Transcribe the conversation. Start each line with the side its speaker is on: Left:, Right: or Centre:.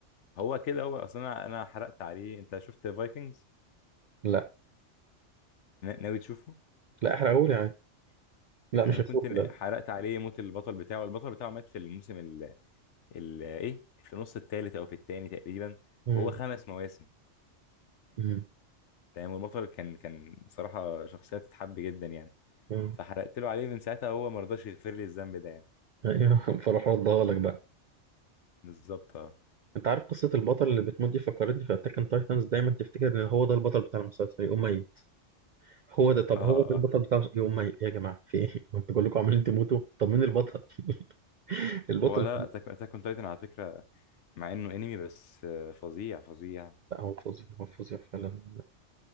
Left: هو كده هو اصلا انا أنا حرقت عليه انت شفت فايكنجز
Right: لا
Left: ناوي تشوفه
Right: لا احرقهولي يعني لا
Left: تمام
Right: مش هشوفه
Left: كنت
Right: لا
Left: حرقت عليه موت البطل بتاعه البطل بتاعه مات في الموسم ال- ايه في النص الثالث او في الثاني تقريبا
Right: مم.
Left: وهو خمس مواسم
Right: مم.
Left: تمام والبطل كان كان بصراحه شخصيه تتحب جدا يعني
Right: مم.
Left: فحرقت له عليه من ساعتها هو ما رضاش يغفر لي الذنب ده يعني
Right: ايوه <laughs> فراح ردها لك بقى
Left: بالظبط اه
Right: انت عارف قصة البطل اللي بتموت دي فكرتني في اتاك اون تايتنز دايما تفتكر ان هو ده البطل بتاع المسلسل يقوم ميت هو ده طب
Left: اه اه
Right: هو ده
Left: آه.
Right: البطل بتاع المسلسل يقوم ميت يا جماعة في ايه <laughs> انتوا كلكم عمالين تموتوا طب مين البطل <laughs> البطل
Left: هو لا اتاك اتاك اون تايتن على فكره مع انه انمي بس آه، فظيع فظيع
Right: لا هو فظيع هو فظيع فعلا